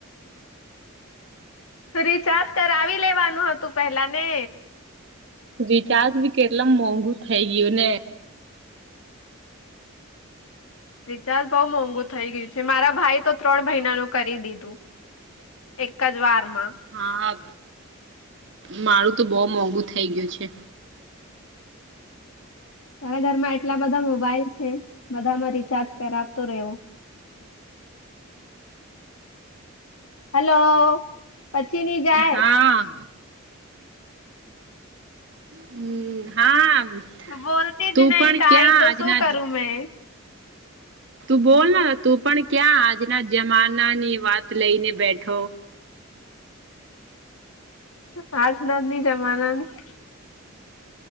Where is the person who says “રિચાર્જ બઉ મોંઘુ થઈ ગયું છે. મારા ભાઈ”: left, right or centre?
Left